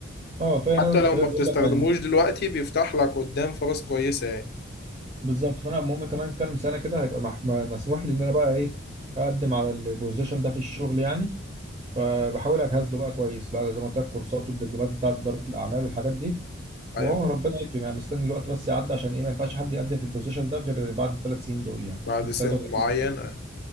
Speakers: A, on the right (about 25°); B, on the left (about 50°).
A: اه فأنا
B: حتى
A: أنا
B: لو
A: خليني
B: ما بتستخدموش
A: بقول لك يعني
B: دلوقتي بيفتح لك قدام فرص كويسه يعني
A: بالظبط فأنا المهم كمان كام سنة كده هيبقى مح- مسموح لي إن أنا بقى إيه أقدم على البوزيشن ده في الشغل يعني فبحاول اجهز له بقى كويس بقى زي ما قلت لك كورسات والدبلومات بتاعت اداره الاعمال والحاجات دي وهو
B: ايوه
A: ربنا يكرم يعني مستني الوقت بس يعدي عشان ايه ما ينفعش حد يقدم في البوزيشن ده غير بعد الثلاث سنين دول يعني
B: بعد
A: كنت
B: سن
A: 33
B: معين
A: سنه
B: أيوة.